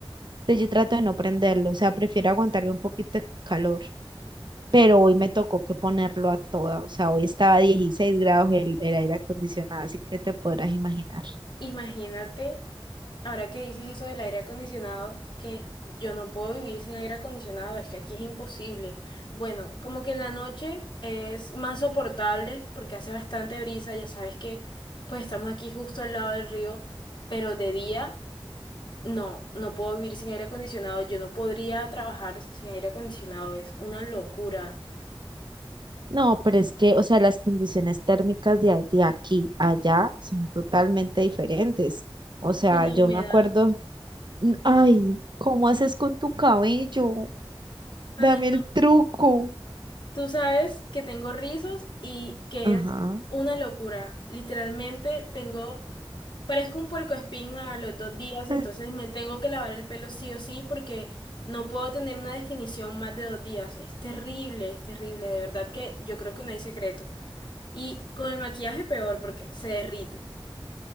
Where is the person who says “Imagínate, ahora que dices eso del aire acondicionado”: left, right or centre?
Left